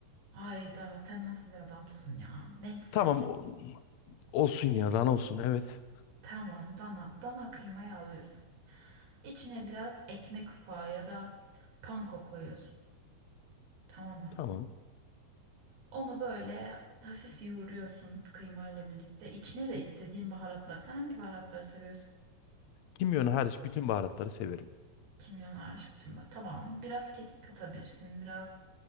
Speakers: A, on the right (about 85°); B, on the left (about 60°).
A: Ayda sen nasıl bir adamsın ya. Neyse
B: Tamam o- olsun ya dana olsun evet.
A: tamam dana, dana kıymayı alıyorsun. İçine biraz ekmek ufağı ya da panko koyuyorsun. Tamam mı?
B: Tamam.
A: Onu böyle hafif yoğuruyorsun kıymayla birlikte. İçine de istediğin baharatlar. Sen hangi baharatları seviyorsun?
B: Kimyonu hariç bütün baharatları severim.
A: Kimyon hariç bütün. bah- Tamam. Biraz kekik katabilirsin. Biraz